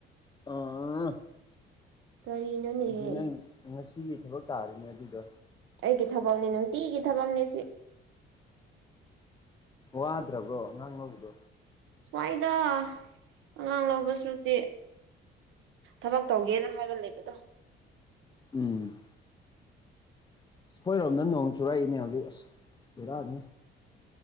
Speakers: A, on the left; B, on the right.
A: ꯑꯥ
B: ꯀꯔꯤꯅꯣꯅꯦꯍꯦ
A: ꯑꯗꯨ ꯅꯪ ꯉꯁꯤꯒꯤ ꯊꯕꯛ ꯇꯥꯔꯤꯅꯦ ꯑꯗꯨꯗꯣ
B: ꯑꯩꯒꯤ ꯊꯕꯛꯅꯤ ꯅꯨꯡꯇꯤꯒꯤ ꯊꯕꯛꯅꯤ ꯁꯤ
A: ꯋꯥꯗ꯭ꯔꯕꯣ ꯑꯉꯥꯡ ꯂꯧꯕꯗꯣ
B: ꯁ꯭ꯋꯥꯏꯗ ꯑꯉꯥꯡ ꯂꯧꯕꯁꯨꯇꯤ ꯊꯕꯛ ꯇꯧꯒꯦꯅ ꯍꯥꯏꯔ ꯂꯩꯕꯗꯣ
A: ꯎꯝ ꯑꯩꯈꯣꯏꯔꯣꯝꯗ ꯅꯣꯡ ꯆꯨꯔꯛꯏꯅꯦ ꯍꯧꯖꯤꯛ ꯑꯁ ꯕꯦꯔꯥꯅꯤ